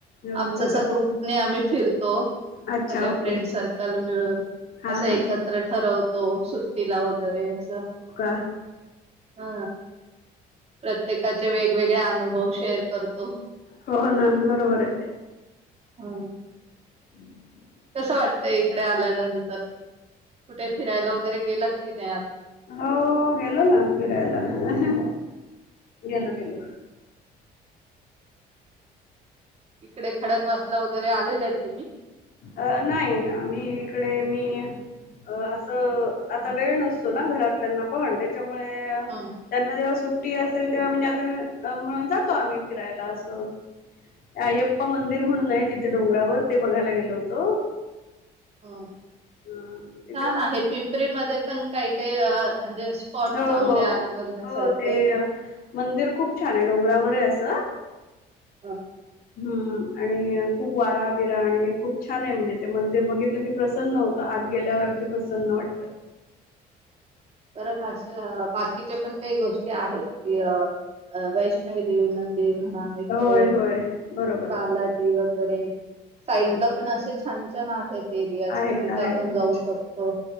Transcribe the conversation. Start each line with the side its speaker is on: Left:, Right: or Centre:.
Left: हो
Right: आमचा
Left: सगळं
Right: असा ग्रुपने आम्ही फिरतो
Left: अच्छा
Right: सगळ्या
Left: ओके
Right: फ्रेंड सर्कल मिळून
Left: हा
Right: असं
Left: हा
Right: एकत्र
Left: हा
Right: ठरवतो... सुट्टीला वगैरे असं
Left: हं
Right: हा प्रत्येकाचे वेगवेगळे अनुभव शेअर करतो
Left: हो ना बरोबर आहे
Right: हो
Left: हम्म
Right: कस वाटतंय इकडे आल्यानंतर कुठे फिरायला वगैरे गेलात की नाही आ
Left: हो गेलो ना फिरायला ह गेलो गेलो
Right: इकडे खडक वासला वगैरे आलेले आहेत तुम्ही
Left: अ नाही मी इकडे मी अ असं आता वेळ नसतो ना घरातल्यांना पण त्याच्यामुळे
Right: हं
Left: त्यांना जेव्हा सुट्टी असेल तेव्हा म्हणजे आता जातो आम्ही फिरायला असं अय्यप्पा मंदिर म्हणून आहे तिथे डोंगरावर ते बघायला गेलो होत
Right: ह
Left: ह म्हणजे
Right: छान आहे पिंपरीमध्ये पण काही काही अ म्हणजे स्पॉट
Left: छान हो,
Right: चांगले
Left: हो.
Right: आहेत बघण्यासारखे
Left: हो, ते अ, मंदिर खूप छान आहे डोंगरावर आहे असं
Right: हा
Left: हम्म आणि खूप वारा विरा आणि खूप छान आहे म्हणजे ते मंदिर बघितलं की प्रसन्न होतं आज गेल्यावर अगदी प्रसन्न वाटतं
Right: परत अशे बाकीच्या पण काही गोष्टी आहेत य वै नवी देेवी मंदिर महा
Left: होय, होय. बरोबर
Right: बालाजी
Left: आहे, बरोबर आहे.
Right: वगैरे साईट
Left: होय,
Right: ला
Left: होय.
Right: पण असे छान छान आहेत एरिया कि
Left: आहेत,
Right: तिथं
Left: आहेत.
Right: आपण जाऊ
Left: हो,
Right: शकतो